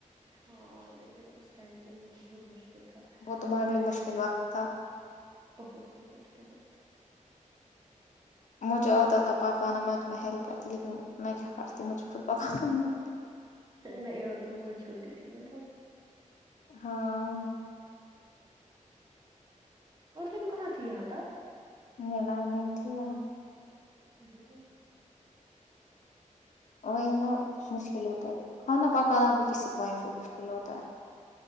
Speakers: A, on the right (about 30°); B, on the left (about 65°).
A: ہاں لیکن اس ٹائم تو وہ تو بہت مشکل تھا
B: وہ تمہارے
A: کیا
B: لیے
A: گا
B: مشکل وقت تھا
A: بہت بہت بہت
B: مجے آتا تھا پکانا میں تو میں ہیلپ کرتی لیکن میں کیا کر تی مجھ خود پکا نہیں آتا
A: نہیں اور تم بہت چھوٹی تھی نا تو
B: ہاں
A: اور تم کہاں تھی یہاں تھا
B: نہیں میں نہیں تھی یہاں
A: نہیں تو
B: وہی نہ مشکل ہوتا ہے کھانا پکانا بھی کسی پوائنٹ پہ مشکل ہوتا ہے